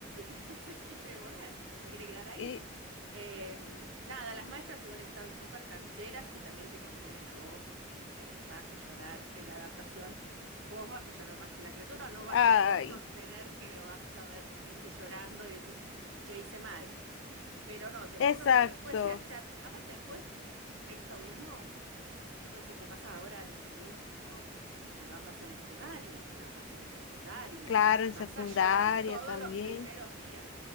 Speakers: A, on the right; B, on the left.
A: y no se quiere volver. Se quiere quedar ahí.
B: Y,
A: Em, nada, las maestras igual están súper cancheras y también te contienen a vos, porque vas a llorar en la adaptación, vos vas a llorar más que la criatura, no vas
B: ay,
A: a poder sostener que lo vas a ver irse llorando y decís, che, hice mal. Pero no, te
B: exacto.
A: juro que después se achat... Aparte, después, esto mismo. Vos decís, ¿te pasa ahora en jardín? No, te va a pasar en primaria, te va a pasar en secundaria,
B: Claro, en
A: vas
B: secundaria
A: a llorar todos
B: también.
A: los primeros días.